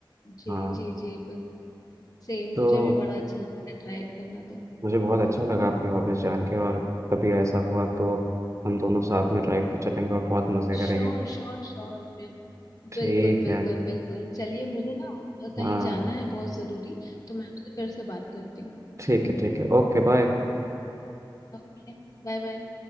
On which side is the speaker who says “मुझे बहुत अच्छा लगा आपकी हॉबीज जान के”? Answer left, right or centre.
Right